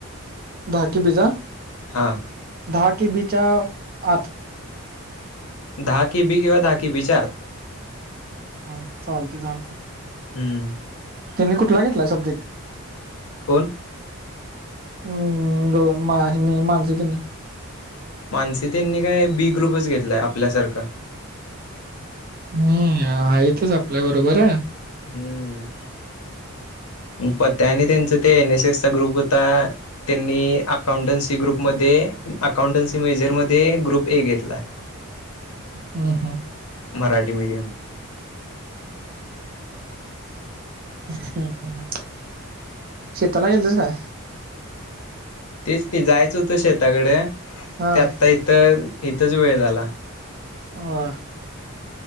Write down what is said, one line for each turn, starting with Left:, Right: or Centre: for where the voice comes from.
Right: बाकी बीजा,
Left: हां
Right: दहा केबीच्या आत
Left: दहा केबी किंवा दहा केबीच्या आत.
Right: हम् चालतय चालतय.
Left: हम्म.
Right: त्यांनी कुठला घेतलाय सब्जेक्ट?
Left: कोण?
Right: हम् गौ मा ह्यानी मानसी तेनी.
Left: मानसी त्यांनी काय बी ग्रुपच घेतलाय आपल्यासारखं.
Right: हम् या हितच आपल्या बरोबर हाय.
Left: हम्, पत्या आणि त्यांच ते एन एस एस चा ग्रुप होता त्यांनी अकाउंटन्सी ग्रुप मध्ये अकाउंटन्सी मेजर मध्ये ग्रुप ए घेतलाय.
Right: हम्म हम्.
Left: मराठी मीडियम.
Right: हम्म, शेताला गेलतास काय?
Left: तेच ते जायचं होतं शेताकड
Right: हा
Left: ते आता इथं इथंच वेळ झाला.
Right: हा.